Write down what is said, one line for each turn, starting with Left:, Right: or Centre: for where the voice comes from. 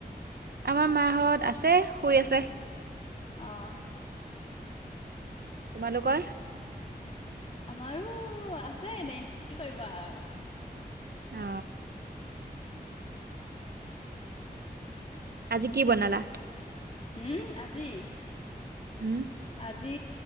Right: আমাৰ মাহত আছে শুই আছে
Left: আহ।
Right: তোমালোকৰ
Left: আমাৰো আছে এনেই কি কৰিব আৰু
Right: অ আজি কি বনালা
Left: উম আজি
Right: উম
Left: আজি